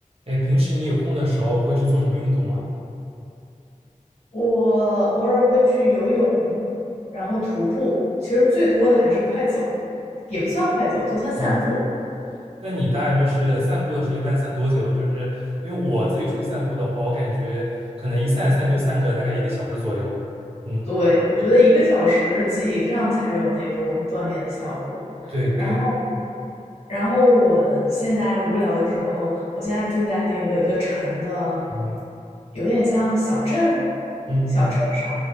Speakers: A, on the right (about 45°); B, on the left (about 60°).
A: 哎，平时你有空的时候会去做什么运动吗？
B: 我偶尔会去游泳，然后徒步，其实最多的还是快走，也不算快走，就算散步。
A: 嗯，那你大概就是散步的时候一般散多久？就是因为我自己出去散步的话，我感觉可能一散散就散个大概一个小时左右。嗯，
B: 对，我觉得一个小时及以上才有那种锻炼的效果。
A: 对对，
B: 然后，然后我现在无聊的时候，我现在住在那个一个城的，
A: 嗯
B: 有点像小镇，
A: 嗯嗯
B: 小镇上，